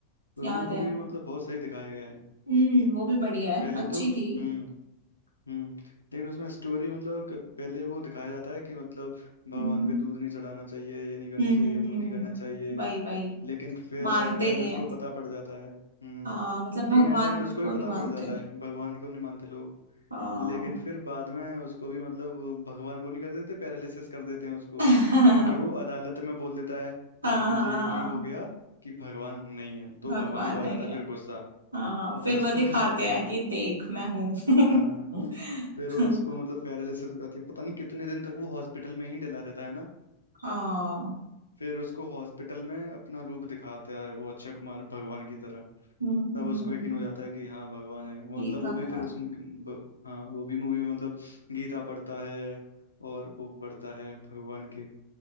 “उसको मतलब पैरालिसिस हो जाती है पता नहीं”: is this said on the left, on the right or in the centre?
Left